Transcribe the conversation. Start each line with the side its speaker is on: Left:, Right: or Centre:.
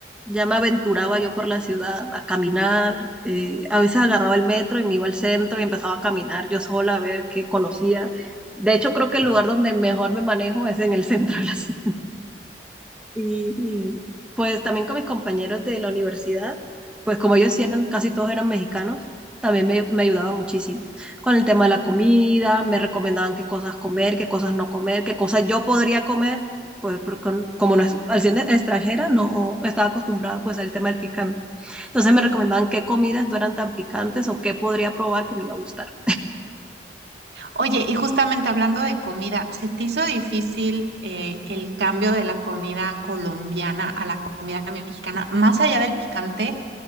Centre: ya me aventuraba yo por la ciudad a caminar, eh, a veces agarraba el metro y me iba al centro y empezaba a caminar yo sola a ver qué conocía. De hecho, creo que el lugar donde mejor me manejo es en el <laughs> centro de la ciudad. Y, y, pues también con mis compañeros de la universidad, pues como ellos sí eran, casi todos eran mexicanos, también me, me ayudaba muchísimo con el tema de la comida, me recomendaban qué cosas comer, qué cosas no comer, qué cosas yo podría comer, pues porque como no es, al ser extranjera no estaba acostumbrada pues al tema del picante. Entonces me recomendaban qué comidas no eran tan picantes o qué podría probar que me iba a gustar.
Right: Oye, y justamente hablando de comida, ¿se te hizo difícil eh, el cambio de la comida colombiana a la comida mexicana? Más allá del picante,